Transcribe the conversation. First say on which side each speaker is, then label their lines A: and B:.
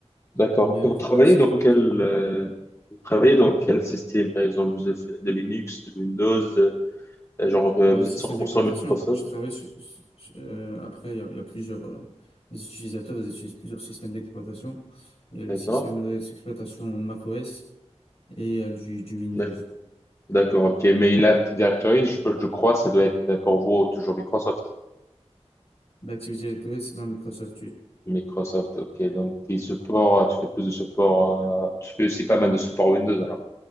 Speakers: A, on the left (about 25°); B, on the left (about 65°).
A: D'accord.
B: Mais
A: Et
B: le
A: Vous
B: problème
A: travaillez
B: c'est
A: dans
B: que
A: quel, euh, vous travaillez dans quel système, par exemple? Vous avez fait de Linux, de Windows, euh, genre euh,
B: Euh,
A: vous
B: système
A: êtes 100%
B: d'exploitation.
A: Microsoft?
B: Je travaille sur, sur- euh, après, il y a, il y a plusieurs euh, les utilisateurs, ils utilisent plusieurs systèmes d'exploitation. Il y a le
A: D'accord.
B: système d'exploitation macOS et il y a du, du Windows.
A: D'accord. D'accord, ok. Mais l'Active Directory, je, je crois, ça doit être pour vous toujours Microsoft.
B: L'Active Directory, c'est dans Microsoft, oui.
A: Microsoft, ok. Donc, tes supports, tu fais plus de support, euh, tu fais aussi pas mal de support Windows, alors.